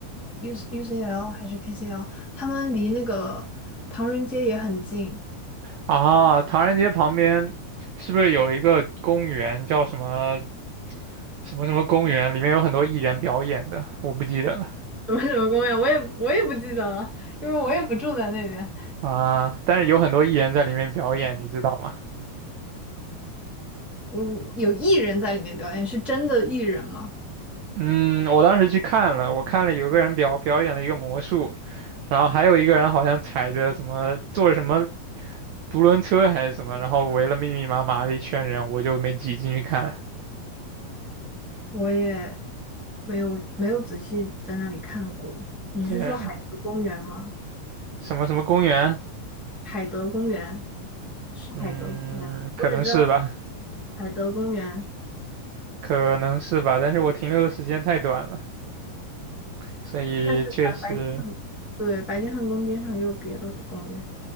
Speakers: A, in the centre; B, on the right.
A: U UCL 还是 KCL，他们离那个唐人街也很近。
B: 啊，唐人街旁边是不是有一个公园叫什么什么什么公园？里面有很多艺人表演的，我不记得了
A: 什么什么公园，我也我也不记得了，因为我也不住在那边。
B: 啊，但是有很多艺人在里面表演，你知道吗？
A: 我有艺人在里面表演，是真的艺人吗？
B: 嗯，我当时去看了，我看了有个人表表演了一个魔术，然后还有一个人好像踩着什么坐着什么独轮车还是什么，然后围了密密麻麻的一圈人，我就没挤进去看。
A: 我也没有没有仔细在那里看过。你是说海德公园吗？
B: 对，什么什么公园，
A: 海德公园是海德公园，
B: 嗯，
A: 我只知道
B: 可能是吧，
A: 海德公园，
B: 可能是吧，但是我停留的时间太短了，所以确实
A: 但是白白金汉对白金汉宫边上也有别的公园。